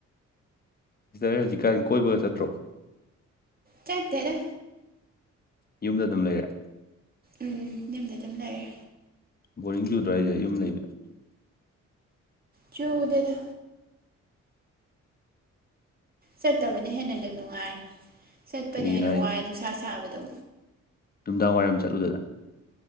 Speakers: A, on the left; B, on the right.
A: ꯁꯤꯁꯇꯔ ꯍꯧꯖꯤꯛꯀꯥꯟ ꯀꯣꯏꯕꯒ ꯆꯠꯇ꯭ꯔꯣ
B: ꯆꯥꯠꯇꯦꯗ
A: ꯌꯨꯝꯗ ꯑꯗꯨꯝ ꯂꯩꯔꯦ
B: ꯎꯝ ꯌꯨꯝꯗ ꯑꯗꯨꯝ ꯂꯩꯔꯦ
A: ꯕꯣꯔꯤꯡ ꯆꯨꯗ꯭ꯔꯥ ꯍꯥꯏꯁꯦ ꯌꯨꯝ ꯂꯩꯕꯁꯦ
B: ꯆꯨꯗꯦꯗ ꯆꯠꯇꯕꯅ ꯍꯦꯟꯅ ꯑꯗꯨꯝ ꯅꯨꯡꯉꯥꯏ ꯆꯠꯄꯅ
A: ꯀꯩꯒꯤꯅꯣ
B: ꯍꯦꯟꯅ
A: ꯍꯥꯏꯁꯦ
B: ꯋꯥꯏ ꯅꯨꯡꯁꯥ ꯁꯥꯕꯗꯣ
A: ꯅꯨꯡꯗꯥꯡ ꯋꯥꯏꯔꯝ ꯆꯠꯂꯨꯗꯅ